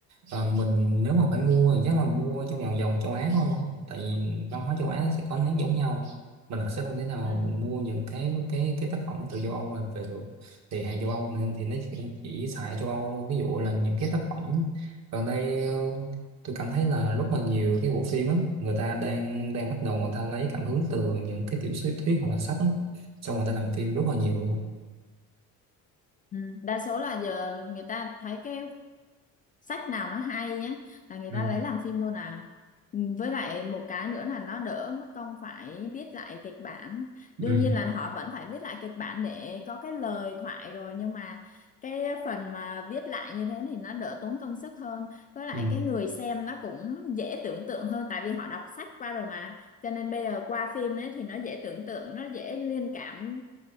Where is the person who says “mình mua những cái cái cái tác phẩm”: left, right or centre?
Right